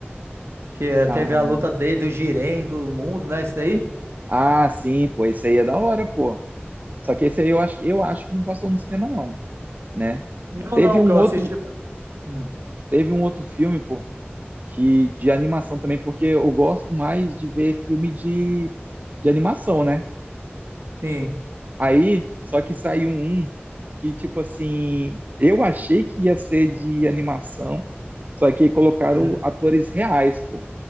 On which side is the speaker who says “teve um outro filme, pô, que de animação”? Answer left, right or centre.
Right